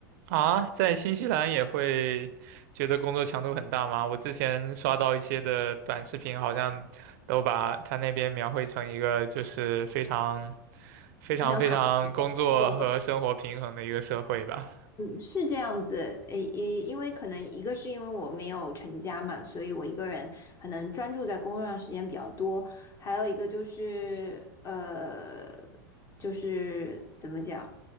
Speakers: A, on the right; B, on the left.
A: 啊，在新西兰也会觉得工作强度很大吗？我之前刷到一些的短视频，好像都把他那边描绘成一个就是非常、非常、
B: 经常躺。
A: 非常工作和生活平衡的一个社会吧。
B: 会。就是这样子，诶，也因为可能一个是因为我没有成家嘛，所以我一个人可能专注在工作上时间比较多，还有一个就是呃，就是怎么讲，